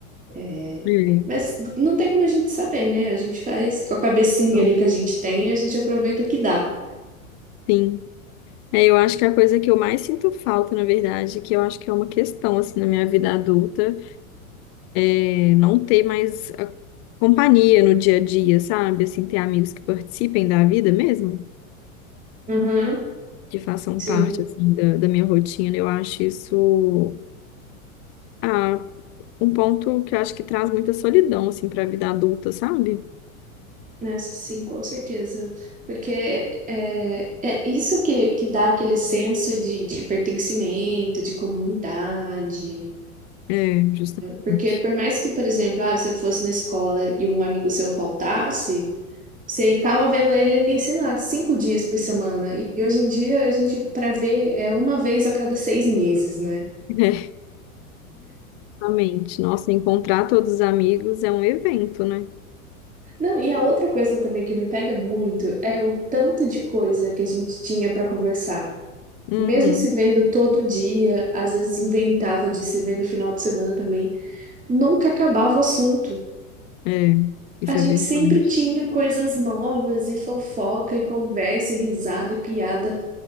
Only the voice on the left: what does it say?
É,
então,
sim. É, eu acho que a coisa que eu mais sinto falta, na verdade, que eu acho que é uma questão, assim, na minha vida adulta, é não ter mais a companhia no dia a dia, sabe? Assim, ter amigos que participem da vida mesmo.
que façam
parte assim da, da minha rotina. Eu acho isso ah, um ponto que eu acho que traz muita solidão assim para a vida adulta, sabe?
É, justamente.
<laughs> É, justamente. Nossa, encontrar todos os amigos é um evento, né?
Uhum.
É, isso
é verdade.